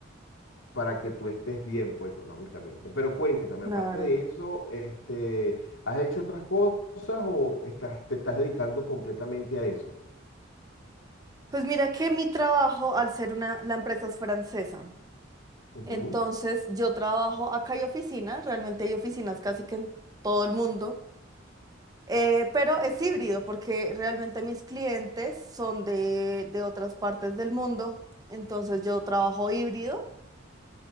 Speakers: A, on the left (about 80°); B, on the right (about 20°).
A: para que tú estés bien, pues, económicamente. Pero cuéntame,
B: claro.
A: aparte de eso, este, ¿has hecho otras cosas o estás, te estás dedicando completamente a eso?
B: Pues mira que mi trabajo, al ser una, la empresa es francesa,
A: Ujú.
B: entonces yo trabajo acá hay oficinas, realmente hay oficinas casi que en todo el mundo. Eh, pero es híbrido porque realmente mis clientes son de, de otras partes del mundo, entonces yo trabajo híbrido